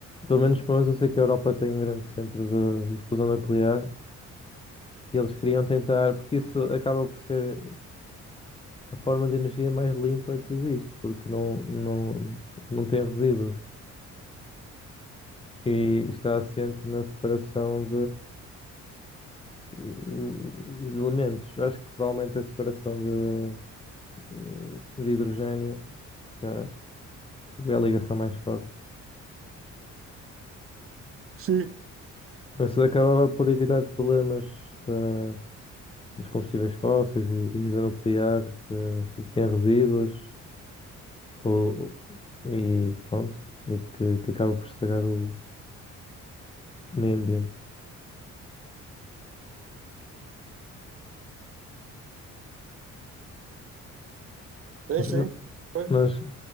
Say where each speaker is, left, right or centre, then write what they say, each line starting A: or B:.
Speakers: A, on the left; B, on the right.
A: Pelo menos, pelo menos eu sei que a Europa tem um grande centro de, de fusão nuclear e eles queriam tentar, porque isso acaba por ser a forma de energia mais limpa que existe, porque não, não, não tem resíduos e está assente na separação eh, elementos. Eu acho que provavelmente a separação de, eh, de hidrogênio, porque é a ligação mais forte.
B: Sim,
A: Mas Isso acabava por evitar os problemas da- dos combustíveis fósseis e, e da nuclear, que, que tem resíduos ou, ou- e pronto, e que, que acaba por estragar o, o meio ambiente.
B: é
A: Mas,
B: sim. Pois,
A: mas o